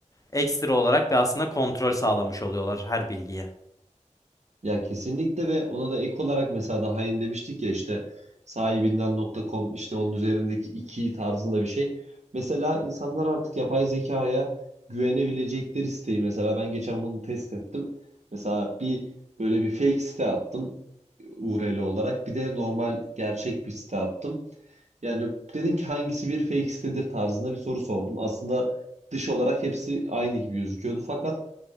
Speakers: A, on the left; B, on the right.
A: Ekstra olarak da aslında kontrol sağlamış oluyorlar her bilgiye.
B: Ya kesinlikle ve ona da ek olarak mesela daha yeni demiştik ya işte sahibinden nokta .com işte onun üzerindeki iki tarzında bir şey. Mesela insanlar artık yapay zekaya güvenebilecekleri siteyi mesela ben geçen bunu test ettim. Mesela bir böyle bir fake site attım URL olarak bir de normal gerçek bir site attım. Yani dedim ki hangisi bir fake sitedir tarzında bir soru sordum. Aslında dış olarak hepsi aynı gibi gözüküyordu fakat